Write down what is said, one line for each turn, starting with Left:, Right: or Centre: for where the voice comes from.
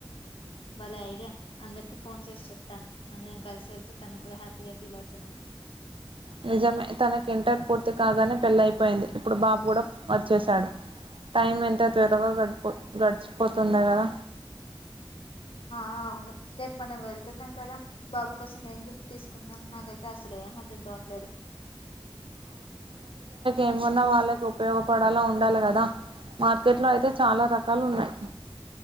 Left: భలే ఐడియా అందరికి ఫోన్ చేసి చెప్తాను అందరం కలిసి వెళ్తే తను కూడా హ్యాపీగా ఫీల్ అవుతుంది
Right: నిజమే తనకి ఇంటర్ పూర్తి కాగానే పెళ్ళయిపోయింది ఇప్పుడు బాబు కూడా వచ్చసాడు టైం ఎంత త్వరగా గడిపో గడిచిపోతుందో కదా
Left: ఆ అవును రేపు మనం వెళ్తున్నాం కదా బాబు కోసం ఏం గిఫ్ట్ తీసుకుందాం నాకైతే అసలు ఏం అర్థం కావట్లేదు
Right: ఏం కొన్నా వాళ్ళకి ఉపయోగపడాల ఉండాలి కదా మార్కెట్ లో అయితే చాలా రకాలు ఉన్నాయి